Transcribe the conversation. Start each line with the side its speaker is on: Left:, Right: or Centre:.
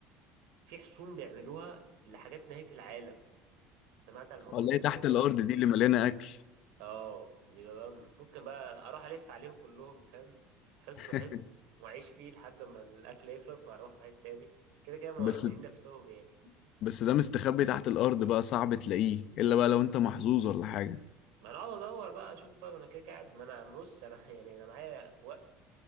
Right: في حصون بيعملوها لحاجات نهاية العالم سمعت عن الموضوع
Left: ولا
Right: ده
Left: ايه
Right: قبل
Left: تحت
Right: كده
Left: الارض
Right: ولا
Left: دي اللي مليانه اكل
Right: اه وبيبقى بقى ممكن بقى اروح الف عليهم كلهم فاهم حصن
Left: <laughs>
Right: حصن واعيش فيه لحد ما الاكل يخلص واروح واحد تاني كده كده مأمنين
Left: بس
Right: نفسهم يعني
Left: بس ده مستخبي تحت الارض بقى صعب تلاقيه الا بقى لو انت محظوظ ولا حاجه
Right: ما انا اقعد ادور بقى اشوف بقى ما انا كده كده قاعد ما انا بص انا <laughs> يعني انا معايا وقت